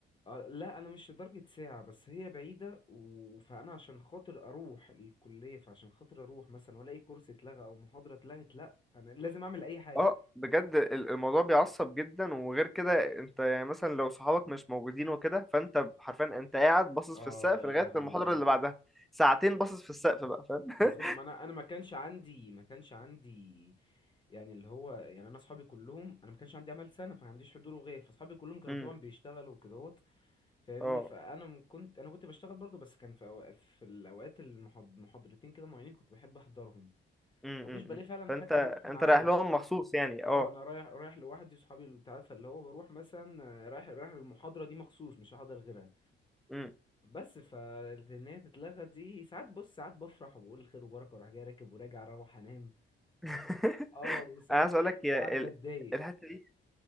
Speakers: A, on the left; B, in the centre.
A: آه، لا انا مش لدرجه ساعه بس هي بعيده و... فانا عشان خاطر اروح الكليه فعشان خاطر اروح مثلا والاقي كورس اتلغى او محاضره اتلغت لا انا لازم اعمل اي حاجه
B: اه بجد ال- الموضوع بيعصب جدا وغير كده انت يعني مثلا لو صحابك مش موجودين وكده فانت حرفيا انت قاعد باصص
A: اه
B: في السقف
A: يا
B: لغاية
A: لهوي
B: المحاضرة اللي بعدها ساعتين باصص في السقف بقى فاهم
A: بالظبط
B: <laughs>
A: ما انا انا ما كانش عندي ما كانش عندي يعني اللي هو يعني انا اصحابي كلهم انا ما كانش عندي عمل سنه فما عنديش حضور وغياب فاصحابي كلهم كانوا
B: امم
A: طبعا بيشتغلوا وكدهوت فاهمني
B: اه
A: فانا م- كنت انا كنت بشتغل برضو بس كان في أوقات في الاوقات المحاضرتين كده معينين كنت بحب احضرهم
B: امم
A: فما كنتش
B: أمم،
A: بلاقي
B: أمم.
A: فعلا
B: فانت
A: حد يروح معايا
B: انت رايح لهم مخصوص يعني
A: اه
B: اه
A: انا رايح رايح لوحدي صحابي اللي بتاع فاللي هو بروح مثلا آه، رايح رايح المحاضره دي مخصوص مش هحضر غيرها
B: مم.
A: بس فان هي تتلغى دي ساعات بص ساعات بفرح وبقول خير وبركه وراح جاي راكب وراجع اروح انام
B: <laughs>
A: اه وساعات
B: انا عايز اقول
A: ايه
B: لك يا
A: ساعات بتضايق
B: ال- الحته دي